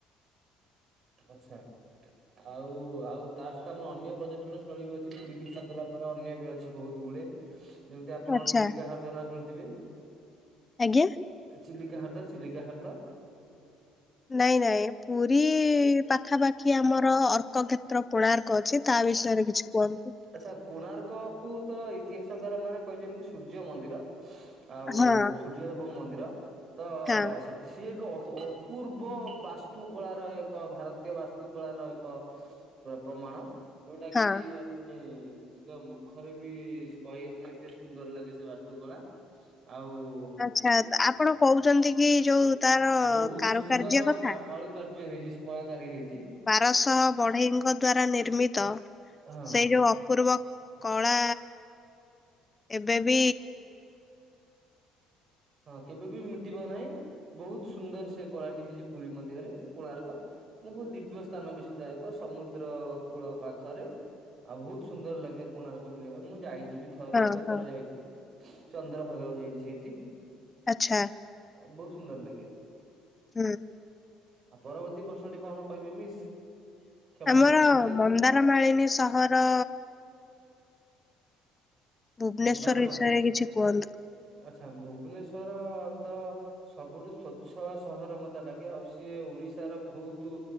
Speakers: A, on the right; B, on the left.
A: ଆଛା। ଆଉ ଆଉ ତା ସହିତ ଆମର ଅନ୍ୟ ପର୍ଯ୍ୟଟନ ସ୍ଥଳୀ ବି ଅଛି ପୁରୀକି ଛାଡିଦେଲା ପରେ ଅନ୍ୟ ବି ଅଛି ବହୁତ ଗୁଡେ। ଯେମିତି ଆପଣ
B: ଆଚ୍ଛା
A: ଚିଲିକା ହ୍ରଦ ନା ଶୁଣିୁଥିବେ।
B: ଆଜ୍ଞା।
A: ଚିଲିକା ହ୍ରଦ ଚିଲିକା ହ୍ରଦ।
B: ନାଇଁ ନାଇଁ ପୁରୀ ପାଖାପାଖି ଆମର ଅର୍କ ଖେ ତ୍ର କୋଣାର୍କ ଅଛି ତା ବିଷୟରେ କିଛି କୁହନ୍ତୁ।
A: ଆଚ୍ଛା କୋଣାର୍କ କୁ ତ ଇତିହାସକାର ମାନେ କହିଛନ୍ତି କି ସୁ ସୂର୍ଯ୍ୟ ମନ୍ଦିର ଆଉ
B: ହଁ
A: ସୂର୍ଯ୍ୟଦେବଙ୍କ ମନ୍ଦିର ତ
B: ହଁ
A: ସେ ସିଏ ଏକ ଅସ ଅପୂର୍ବ ବାସ୍ତୁକଳାର ଏକ ଭାରତୀୟ ବାସ୍ତୁକଳାର ଏ ଏକ ପ ପ୍ରମାଣ ଯୋଉଟା
B: ହଁ।
A: କି କି ନିଜ ମୁଖରେ ବି କହି ହବ ଏତେ ସୁନ୍ଦର ଲାଗେ ସେ ବାସ୍ତୁକଳା। ଆଉ ଓ
B: ଆଚ୍ଛା ତ ଆପଣ କହୁଛନ୍ତି କି ଯୋଉ
A: ବୋ
B: ତାର
A: ବୋହୁତ
B: କାରୁକାର୍ଯ୍ୟ
A: ସୁନ୍ଦର
B: କଥା।
A: କା କଳୁକାର୍ଯ୍ୟ ହେଇଛି ସେ କଳାକାରୀ ହେଇଛି।
B: ବାରଶହ ବଢେଇଙ୍କ ଦ୍ଵାରା ନିର୍ମିତ
A: ହଁ।
B: ସେଇ ଯୋଉ ଅପୂର୍ବ କଳା ଏବେବି
A: ହଁ କେବେ ବି ମିଟିବ ନାହିଁ। ବହୁତ ସୁନ୍ଦର ସେ କଳାଟି ହେଇଛି ପୁରୀ ମଧ୍ୟରେ କୋଣାର୍କ ମୁଁ ବହୁ ଦି ବ୳ ସ୍ଥାନ ବି ସେଟା ଏକ ସମୁଦ୍ର ଦ୍ର କୂଳ ପାଖରେ ଆଉ ବହୁତ ସୁନ୍ଦର ଲାଗେ କୋଣାର୍କ ବୁଲିବା ପାଇଁ ମୁଁ ଯାଇଚି ବି। ଥରେ
B: ହଁ
A: ଏକ ଥର
B: ହଁ
A: ଯାଇଛି ଚନ୍ଦ୍ରଭାଗାକୁ ଯାଇଛି ସେଇଟି।
B: ଆଛା।
A: ଆ ବୋହୁତ ସୁନ୍ଦର ଲାଗେ।
B: ହୁଁ।
A: ଆଉ ପରବର୍ତ୍ତୀ ପ୍ରଶ୍ନ ଟି କଣ କହିବେ ମିସ୍। କ୍ଷମା
B: ଆମର
A: କରିବେ ଶିକ୍ଷୟତ୍ରୀ
B: ମନ୍ଦାରମାଳିନୀ ସହର। ଭୁବନେଶ୍ଵର
A: ମନ୍ଦାର
B: ବିଷୟରେ
A: ମାଳିନୀ।
B: କିଛି କୁହନ୍ତୁ?
A: ଆଚ୍ଛା, ଭୁବନେଶ୍ଵର ତ ସବୁଠୁ ସ୍ଵଚ୍ଛ ସହର ମୋତେ ଲାଗେ। ଆଉ ସିଏ ଓଡିଶାର ଭଉତୁ